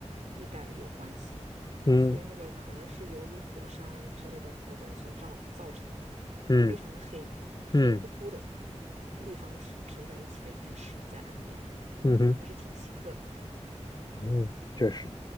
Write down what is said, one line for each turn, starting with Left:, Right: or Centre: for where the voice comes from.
Right: 地带有关系，
Left: 嗯
Right: 所以那个可能是由于火山之类的活动所造造成的，
Left: 嗯
Right: 非常的黑，黑乎乎的
Left: 嗯
Right: 立方体拼在一起的岩石在岸边，
Left: 嗯哼
Right: 还是挺奇特的。嗯，
Left: 嗯，确实。